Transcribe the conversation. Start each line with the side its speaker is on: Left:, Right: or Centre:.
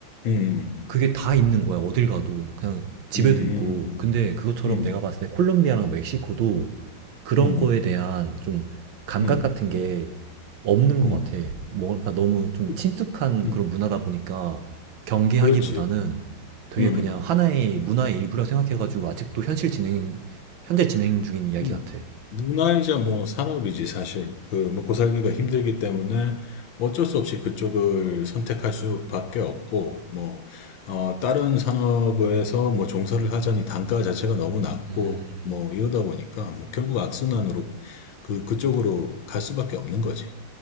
Left: 음, 음,
Right: 그게 다 있는 거야. 어딜 가도 그냥 집에도
Left: 음,
Right: 있고.
Left: 음,
Right: 근데
Left: 음,
Right: 그것처럼
Left: 음,
Right: 내가 봤을 때 콜롬비아랑 멕시코도 그런
Left: 음, 음,
Right: 거에 대한 좀 감각
Left: 음,
Right: 같은 게 없는 것
Left: 음,
Right: 같아. 뭔가 너무 좀
Left: 음,
Right: 친숙한
Left: 음,
Right: 그런 문화다 보니까 경계하기보다는
Left: 그렇지.
Right: 되게
Left: 음, 음,
Right: 그냥 하나의 문화의 일부라 생각해가지고 아직도 현실 진행, 현재 진행 중인 이야기
Left: 음,
Right: 같아.
Left: 문화이자 뭐 산업이지 사실 그 먹고 살기가 힘들기 때문에 어쩔 수 없이 그쪽을 선택할 수밖에 없고 뭐 어, 다른 산업에서 뭐 종사를 하자니 단가 자체가 너무 낮고
Right: 음.
Left: 뭐 이러다 보니까 뭐 결국 악순환으로 그 그쪽으로 갈 수밖에 없는 거지.